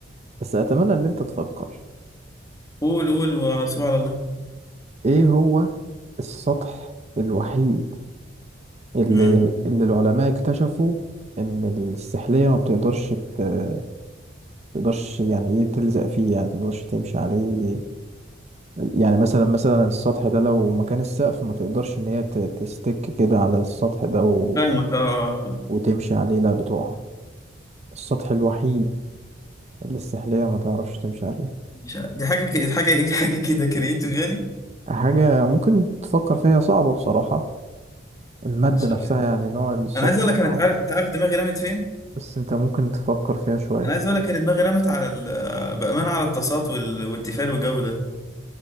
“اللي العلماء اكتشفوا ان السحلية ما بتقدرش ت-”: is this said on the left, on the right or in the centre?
Right